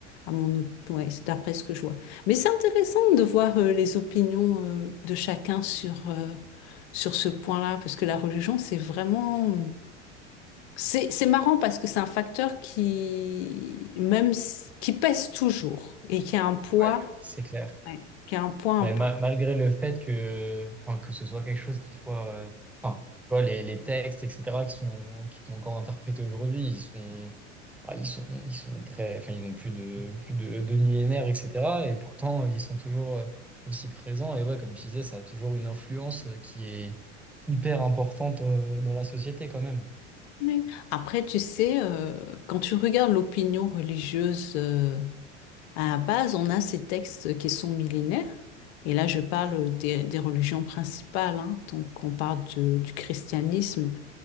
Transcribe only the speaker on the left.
à mon, op- ouais, c'est d'après ce que je vois. Mais c'est intéressant de voir euh, les opinions euh, de chacun sur, euh, sur ce point-là parce que la religion, c'est vraiment... C'est, c'est marrant parce que c'est un facteur qui, même, s- qui pèse toujours et qui a un poids,
ouais, qui a un poids important.
Oui. Après, tu sais, euh, quand tu regardes l'opinion religieuse, euh, à la base, on a ces textes qui sont millénaires. Et là, je parle des, des religions principales. hein. Donc, on parle de- du christianisme,